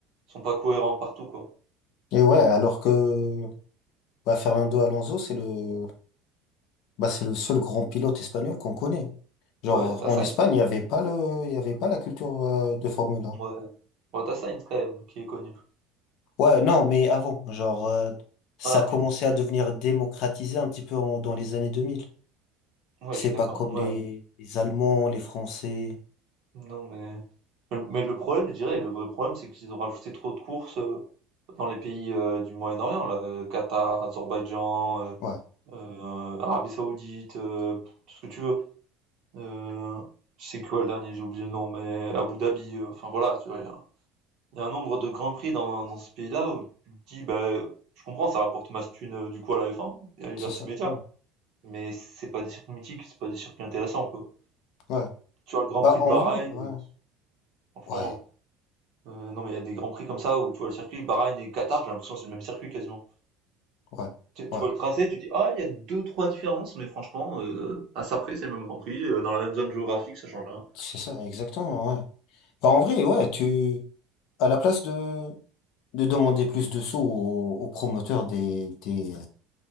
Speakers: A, on the right (about 50°); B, on the left (about 55°).
A: ils sont pas cohérents partout quoi.
B: Et ouais, alors que bah, Fernando Alonso, c'est le... Bah, c'est le seul grand pilote espagnol qu'on connaît. Genre,
A: Ouais, tu
B: en
A: Sainz,
B: Espagne, il n'y avait pas le, il y avait pas la culture euh, de Formule 1.
A: ouais, ouais tu Sainz quand même qui est connu.
B: Ouais, non, mais avant, genre, euh, ça
A: Ah
B: commençait
A: oui,
B: à devenir démocratisé un petit peu en- dans les années deux mille
A: ouais,
B: C'est
A: je suis
B: pas
A: d'accord,
B: comme
A: ouais.
B: les, les Allemands, les Français.
A: Non mais mais le mais le problème, je dirais, le vrai problème, c'est qu'ils ont rajouté trop de courses, heu, dans les pays, heu, du Moyen-Orient là, heu, Qatar, Azerbaïdjan, heu
B: Ouais,
A: heu, Arabie Saoudite, heu, tout ce que tu veux. Heu, c'est quoi le dernier? J'ai oublié le nom, mais Abu Dhabi, heu, enfin voilà, tu vois? Il y a un nombre de Grands Prix dans, dans ce pays-là où tu te dis, bah, je comprends, ça rapporte masse thune euh, du coup à la F1 et à Liberty
B: c'est ça.
A: Media,
B: Ouais.
A: mais c'est pas des circuits mythiques, c'est pas des circuits intéressants, quoi.
B: Ouais.
A: Tu vois, le Grand
B: Bah,
A: Prix
B: en
A: de Bahreïn,
B: vrai,
A: euh,
B: ouais.
A: franchement,
B: Ouais,
A: euh, non, mais il y a des Grands Prix comme ça où tu vois le circuit Bahreïn et Qatar, j'ai l'impression que c'est le même circuit quasiment.
B: ouais,
A: Tu, tu
B: ouais.
A: vois le tracé, tu dis, ah, il y a deux, trois différences, mais franchement, euh, à ça près, c'est le même Grand Prix, euh, dans la même zone géographique, ça change rien.
B: C'est ça, exactement, ouais. Bah, en vrai, ouais, tu, à la place de, de demander plus de sous aux, aux promoteurs des, des,